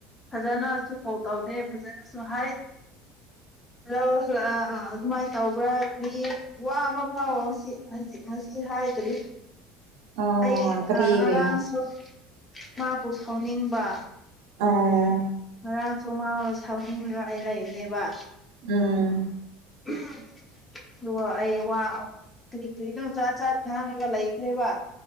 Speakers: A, on the left; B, on the right.
A: ꯐꯖꯅꯁꯨ ꯀꯣꯜ ꯇꯧꯗꯦ ꯐꯖꯅꯁꯨ ꯍꯥꯏ ꯍꯜꯂꯣ ꯑꯥ ꯑꯥ ꯑꯗꯨꯃꯥꯏꯅ ꯇꯧꯕ꯭ꯔꯥ ꯀꯔꯤ ꯋꯥ ꯑꯃꯐꯥꯎ ꯁꯤ ꯍꯖꯤ ꯉꯁꯤ ꯍꯥꯏꯗ꯭ꯔꯤ
B: ꯑꯣ
A: ꯑꯩ
B: ꯀꯔꯤꯒꯤ
A: ꯅ ꯉꯔꯥꯡꯁꯨ ꯃꯥꯕꯨ ꯁꯥꯎꯅꯤꯡꯕ
B: ꯎꯝ
A: ꯉꯔꯥꯡꯁꯨ ꯃꯕꯨ ꯁꯥꯎꯅꯤꯡꯔꯥꯒ ꯑꯩ ꯂꯩꯕꯅꯦꯕ
B: ꯎꯝ
A: ꯍꯥꯝ ꯑꯗꯨꯒ ꯑꯩ ꯋꯥ ꯀ꯭ꯔꯤ ꯀ꯭ꯔꯤꯅꯣ ꯖꯠ ꯖꯥꯠ ꯉꯡꯔꯒꯥ ꯂꯩꯈ꯭ꯔꯦꯕ